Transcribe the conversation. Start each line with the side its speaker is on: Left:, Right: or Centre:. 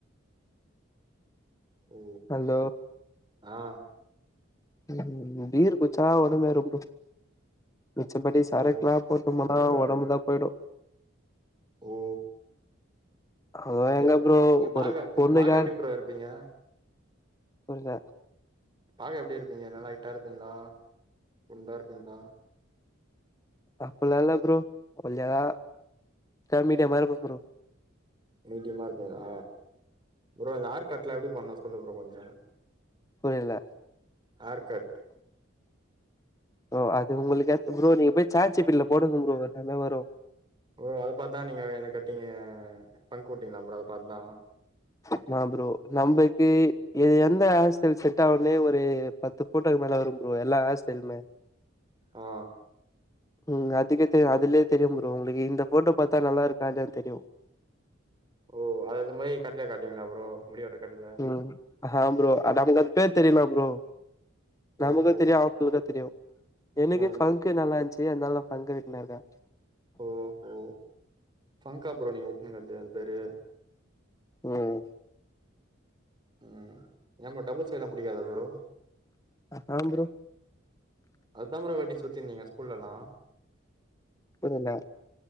Right: ஓ
Left: ஹலோ
Right: ஆ
Left: உம் பீர் குடிச்சா ஒடம்பு ஏறும் ப்ரோ மிச்சபடி சரக்கல்லாம்
Right: ஓ
Left: போட்டு போனா ஒடம்புதான் போயிடும்
Right: ஓ
Left: அ எங்க
Right: எ
Left: ப்ரோ
Right: நீங்க
Left: ஒரு
Right: பாக்க
Left: பொண்ணுக்காக
Right: நீங்க பாக்க எப்டி ப்ரோ இருப்பீங்க
Left: ஒருத
Right: பாக்க எப்டி இருப்பீங்க ந்லலா ஹைட்டா இருப்பீங்ளா குண்டா இருப்பீங்ளா
Left: அப்டிலாம் இல்ல ப்ரோ ஒல்லியா த மீடியமா இருப்ப ப்ரோ
Right: மீடியமா இருப்பீங்ளா ப்ரோ இந்த ஆர்கட்லா எப்டி பண்ணும் சொல்லு ப்ரோ கொஞ்சம்
Left: புரியல
Right: ஹேர் கட்
Left: ஓ அது உங்களுக்க ஏத்த ப்ரோ நீங்க போய் சாட் ஜீ பீ டி ல போடுங்க ப்ரோ எல்லாமே வரும்
Right: ஓ அது பாத்தான் நீங்க என்ன கட்டிங்க பங்க் வுட்டீங்களா ப்ரோ அத பாத்துதான்
Left: என்ன ப்ரோ நம்மளுக்கு இது எந்த ஹார் ஸ்டைல்லு செட் ஆகுனே ஒரு பத் து பூட்டக்கு மேல வரும் ப்ரோ எல்ல ஹார்ஸ்டைலுமே
Right: ஆ
Left: ம் அதுக்கே தெ அதுலயே தெரியும் ப்ரோ உங்களுக்கு இந்த போட்டோ பாத்தா நல்லா இருக்கா இல்லயானு தெரியும்
Right: ஓ அது மாரி கடைல காட்டுவீங்ளா ப்ரோ முடி வெட்ர கடைல
Left: ம் அஹ ப்ரோ அது அவுங் <unintelligible> தெரிமா ப்ரோ நமக்கு
Right: ஓஹோ
Left: தெரியு அவுங்களுக்கு தெரியு எனக்கு
Right: ம்
Left: ஃபங்கு நல்லா இருந்ச்சு அதனால ஃபங்க் வெட்டினு இருக்கே
Right: ஓஹோ ஃபங்கா ப்ரோ நீங்க வெட்டுனது அது பேரு
Left: ம்
Right: ம் நம்ம டபுள் ஸ்டெய்லா பிடிக்காதா ப்ரோ
Left: ஹஹா ப்ரோ
Right: அது தா ப்ரோ‌ வெட்டினு சுத்திருந்தீங்க ஸ்கூல்லலா
Left: புரில